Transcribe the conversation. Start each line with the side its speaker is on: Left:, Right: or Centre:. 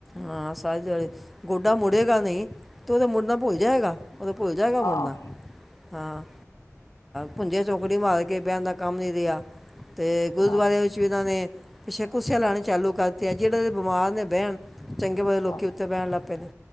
Centre: ਹਾਂ ਸਾਰੀ ਦਿਹਾੜੀ ਗੋਡਾ ਮੁੜੇਗਾ ਨਹੀਂ। ਤੇ ਉਹ ਤੇ ਮੁੜਨਾ ਭੁੱਲ ਜਾਏਗਾ, ਉਹ ਤੇ ਭੁੱਲ ਜਾਏਗਾ ਮੁੜਨਾ,
Left: ਆਹ
Centre: ਹਾਂ। ਪੁੰਜੇ ਚੌਕੜੀ ਮਾਰ ਕੇ ਬਿਹਨ ਦਾ ਕੰਮ ਨਹੀਂ ਰਿਹਾ ਅਤੇ ਗੁਰਦੁਆਰਿਆਂ
Left: ਹਾਂ
Centre: ਵਿੱਚ ਵੀ ਇਹਨਾਂ ਨੇ ਪਿੱਛੇ ਕੁੁੱਸਿਆਂ ਲਾਣ ਚਾਲੂ ਕਰ ਦਿੱਤੀਆਂ ਜਿਹੜਾ ਬਿਮਾਰ ਨੇ ਬਹਿਣ, ਚੰਗੇ ਭਲੀ ਲੋਕੀ
Left: ਹਾਂ
Centre: ਉੱਤੇ ਬਹਿਣ ਲੱਗ ਪਏ ਨੇ।